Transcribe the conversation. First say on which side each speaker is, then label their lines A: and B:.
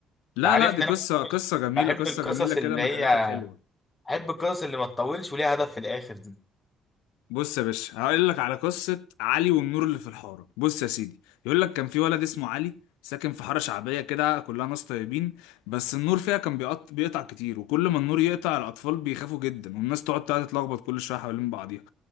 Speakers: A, on the left; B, on the left.
A: لا
B: تعرفني
A: لا دي قصة
B: انا بحب
A: قصة
B: ال-
A: جميلة
B: بحب
A: قصة
B: القصص
A: جميلة كده
B: اللي
A: من
B: هي
A: الحاجات الحلوة
B: بحب القصص اللي ما تطولش وليها هدف في الاخر دي
A: بص يا باشا هقول لك على قصة علي والنور اللي في الحارة بص يا سيدي يقول لك كان في ولد اسمه علي ساكن في حارة شعبية كده كلها ناس طيبين بس النور فيها كان بيقط... بيقطع كتير وكل ما النور يقطع الأطفال بيخافوا جدا والناس تقعد تقعد تتلخبط كل شوية حوالين بعضيها